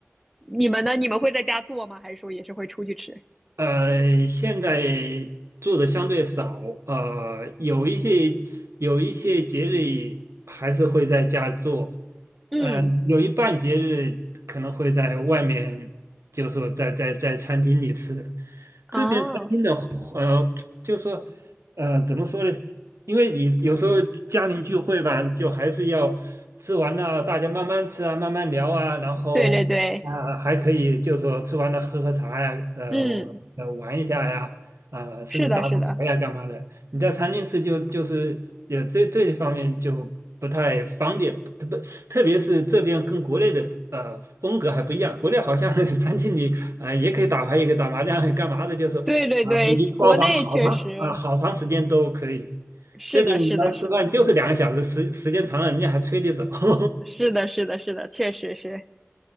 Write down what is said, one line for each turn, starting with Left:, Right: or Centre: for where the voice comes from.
Centre: 你们呢？你们会在家做吗？还是说也是会出去吃？
Right: 呃，现在做的相对少，呃，有一些有一些节日还是会在家做，
Centre: 嗯，
Right: 呃，有一半节日可能会在外面，就是说在在在餐厅里吃。
Centre: 哦，
Right: 这边餐厅的呃，就是说呃，怎么说呢？因为你有时候家庭聚会吧，就还是要吃完了，大家慢慢吃啊，慢慢聊啊，然后。
Centre: 对对对，
Right: 啊，还可以，就是说吃完了喝喝茶呀，呃，
Centre: 嗯，
Right: 呃玩一下呀，啊、甚至打打牌呀干嘛的。
Centre: 是的，是的。
Right: 你在餐厅吃就就是也这这一方面就不太方便，特别特别是这边跟国内的呃风格还不一样，国内好像 <laughs> 餐厅里啊、呃也可以打牌，也可以打麻将，干嘛的，就是啊、
Centre: 对对对，
Right: 一个包房好长啊、
Centre: 国内确实
Right: 好长时间都可以。
Centre: 是的，
Right: 这边你要吃饭就是两个小时，
Centre: 是的，是的，
Right: 时时间长了人家还催你走。<laughs>
Centre: 是的，是的，是的，确实是。